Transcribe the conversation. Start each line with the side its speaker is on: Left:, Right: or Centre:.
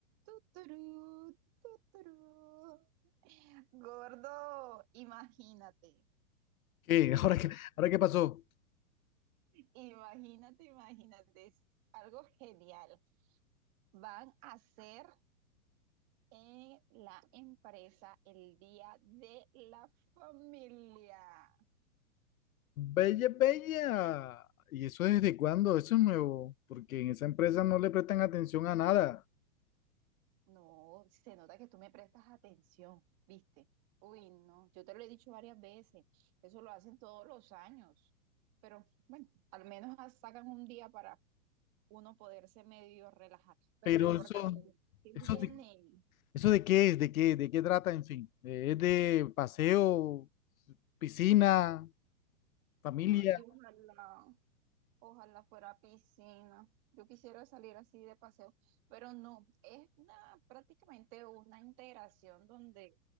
Right: Tuturú, tuturú. Gordo, imagínate,
Left: ¿Qué? <laughs> ¿Ahora qué, ahora qué pasó?
Right: imagínate, imagínate, es algo genial. Van a hacer en la empresa el Día de la Familia.
Left: Bella, bella. ¿Y eso desde cuándo? Eso es nuevo, porque en esa empresa no le prestan atención a nada.
Right: No, se nota que tú me prestas atención, ¿viste? Uy, no, yo te lo he dicho varias veces, eso lo hacen todos los años, pero bueno, al menos sacan un día para uno poderse medio relajar. Pero
Left: Pero
Right: lo importante
Left: eso,
Right: es que
Left: eso
Right: viene.
Left: de, eso de qué es, de qué, de qué trata, en fin. Eh, Es de paseo, piscina, familia.
Right: Ay, ojalá, ojalá fuera piscina. Yo quisiera salir así de paseo, pero no, es una, prácticamente una integración donde